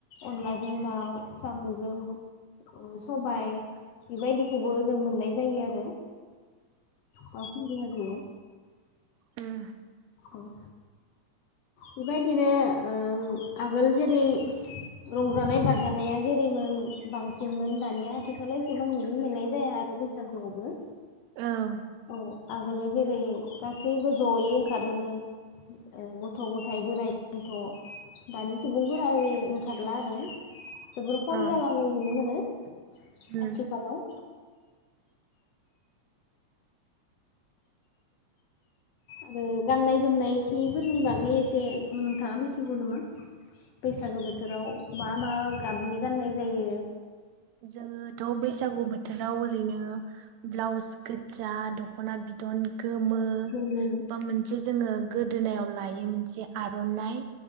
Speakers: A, on the left; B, on the right.
A: अनलाजों दाउ साम'जों उम सबाइ बेबायदिखौबो ओजों मोननाय जायो आरो बावखुंग्रि हाजोयाव
B: उम
A: औ बेबायदिनो ओ आगोल जेरै रंजानाय बाजानाया जेरैमोन बांसिनमोन दानिया आथिखालाव एसेबां नुनो मोननाय जाया आरो बैसागोयावबो।
B: औ
A: औ आगोलाव जेरै गासैबो ज'यै ओंखारोमोन ओ गथ' गथाय बोराइ बन्थ' दानि सुबुंफोरा ओरै ओंखारला आरो जोबोर खम
B: औ
A: जालांनाय नुनो मोनो।
B: उम
A: आथिखालाव आरो गाननाय जोमनाय सिफोरनि बागै एसे ओम नोंथाङा मिथिगौ नामा बैसागो बोथोराव मा मा गाबनि गाननाय जायो।
B: जोङोथ' बैसागु बोथोराव ओरैनो ब्लाउस गोजा दख ख'ना बिदन गोमो
A: जोमो
B: बा मोनसे जोङो गोदोनायाव लायो मोनसे आर'नाइ।